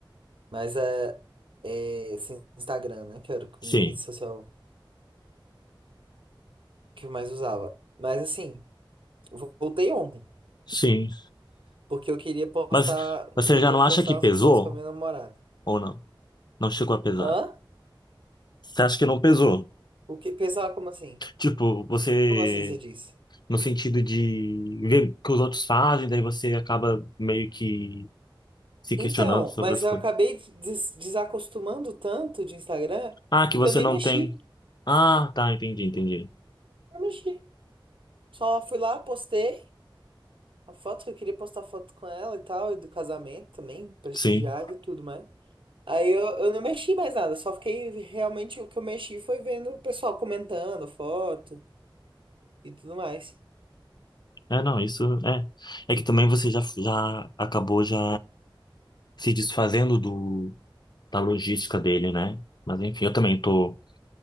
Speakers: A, on the right; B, on the left.
A: Mas é, é sem Instagram, né? Que era o que-
B: sim,
A: minha rede social que eu mais usava. Mas assim, eu vo- voltei ontem.
B: sim.
A: Porque eu queria postar,
B: Mas
A: eu
B: você
A: queria
B: já não
A: postar
B: acha que pesou
A: umas fotos com a minha namorada.
B: ou não? Não chegou a pesar?
A: Hã?
B: Você acha que não pesou?
A: O que, pessoal, como assim?
B: Tipo, você,
A: Como assim você disse?
B: no sentido de ver o que os outros fazem, daí você acaba meio que se questionando
A: Então,
B: sobre
A: mas
B: as
A: eu
B: coisas.
A: acabei des- desacostumando tanto de Instagram
B: Ah, que você
A: que eu nem
B: não
A: mexi.
B: tem. Ah, tá, entendi, entendi.
A: Não mexi. Só fui lá, postei a foto que eu queria postar foto com ela e tal, e do casamento também, prestigiar
B: Sim.
A: e tudo mais. Aí eu, eu não mexi mais nada, só fiquei realmente o que eu mexi foi vendo o pessoal comentando foto e tudo mais.
B: É, não, isso é. É que também você já, já acabou já se desfazendo do, da logística dele, né? Mas enfim, eu também tô.